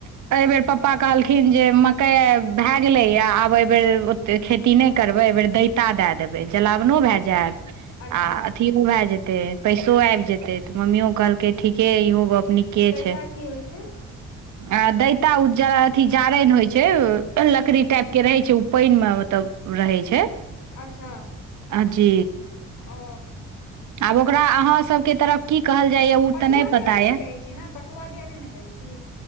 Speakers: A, on the right; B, on the left.
A: एहिबेर पप्पा कहलखिन जे मकई भए गेलै या आब एहिबेर ओे खेती नहि करबै एहिबेर दैत क्ता दए देबै जलावनो भए जायत अथी
B: अच्छा
A: अथथि भए जेतै पैसो आबि जेतै तऽ मम्मियो कहलकै ठीके इहो गप्प के
B: दैता
A: छै
B: की होइ छै
A: आ दैता ओ ज अथी जारैनि होइ छै लकड़ी टाइपके रहैत छै ओ पानिमे मतलब रहै छै
B: अच्छा
A: अ जी
B: ओ
A: आब ओकरा अहा सबके तरफ की कहल जाय या उ
B: पटुआ
A: नहि
B: दिया
A: पता
B: तऽ
A: यै
B: कहै छी ने पटुआ दिया नहि ने कहै छी